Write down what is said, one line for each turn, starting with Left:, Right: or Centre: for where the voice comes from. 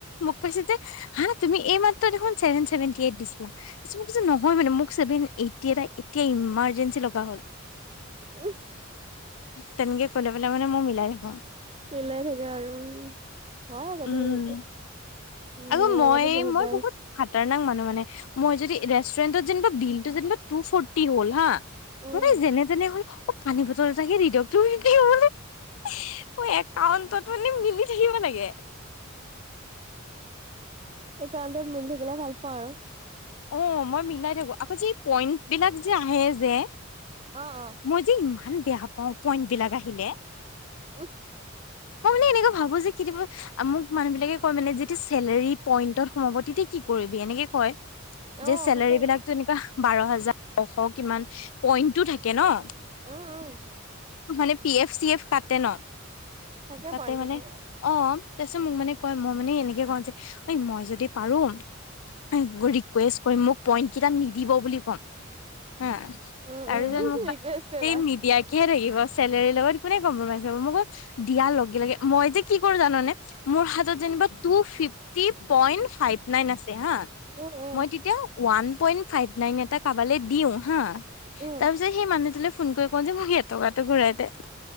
Left: মোক কৈছে যে, হা! তুমি এইমাত্ৰ দেখোন, চেভেন চেভেনটি এইট দিছিলা। <unintelligible> মই কৈছোঁ, নহয় মানে। মোক, চেভেন এইটটি এটা এতিয়া, ইমাৰ্জেঞ্চি লগা হ'ল।
Right: উম!
Left: তেনেকে ক'লে পেলাই মানে, মই মিলাই থাকোঁ।
Right: মিলাই থাকে আৰু। হয় আকৌ
Left: উম
Right: দেই এইটো।
Left: আকৌ
Right: মোৰ
Left: মই
Right: লগতো বহুত
Left: মই
Right: বাৰ হৈছে।
Left: খাতাৰনাক মানুহ মানে! মই যদি, ৰেষ্টুৰেণ্টত যেনিবা বিলটো যেনিবা, টু ফৰ্টি হ'ল হা,
Right: উম
Left: মানে, যেনে-তেনে <unintelligible> অ' পানী বটল এটাকে দি দিয়ক। তুমি সেনেকেহে বোলে। <unintelligible> একাউন্টত মানে, মিলি থাকিব লাগে।
Right: একাউণ্টত মিলি থাকিলে, ভাল পাওঁ আৰু।
Left: অ'! মই মিলাই থাকোঁ। আকৌ যি, পইণ্ট বিলাক যে আহে যে,
Right: অ'! অ'!
Left: মই যে ইমান বেয়া পাওঁ! পইন্ট বিলাক আহিলে।
Right: <unintelligible>
Left: মই মানে, এনেকুৱা ভাবোঁ যে, কেতিয়াবা মোক মানুহ বিলাকে কয় মানে, যেতিয়া চেলাৰী পইণ্টত সোমাব, তেতিয়া কি কৰিবি? এনেকে কয়।
Right: অ',
Left: যে চেলাৰী
Right: সঁচাকে
Left: বিলাক যেনিবা, বাৰ হাজাৰ নশ কিমান। পইন্টটো থাকে ন'।
Right: উম, উম।
Left: মান, পি এফ- চি এফ কাটে ন'?
Right: থাকে
Left: কাটে
Right: পইণ্টটো
Left: মানে,
Right: থাকে।
Left: অ'! তাৰপিছত মোক মানে কয়, মই মানে, এনেকে কওঁ যে, এ, মই যদি পাৰোঁ ৰিকুৱেষ্ট কৰিম, মোক পইন্ট কেইটা নিদিব বুলি ক'ম। হাঁ!
Right: উম,
Left: তাৰপিছত
Right: উম,
Left: মোক
Right: ৰিকুৱেষ্ট
Left: <unintelligible>
Right: কৰিবা।
Left: এই, নিদিয়াকেহে থাকিব। চেলাৰীৰ লগত কোনে কম্প্ৰমাইজ কৰিব। মই কওঁ, দিয়াৰ লগে-লগে, মই যে কি কৰোঁ জানানে! মোৰ হাতত যেনিবা, two fifty point five nine আছে হা।
Right: উম, উম,
Left: মই তেতিয়া, ওৱান পইণ্ট ফাইভ এটা কাৰবালে দিওঁ হা। ‌
Right: উম।
Left: তাৰপিছত, সেই মানুহটোলে ফোন কৰি কওঁ যে, মোক এটকাতো ঘূৰাই দে।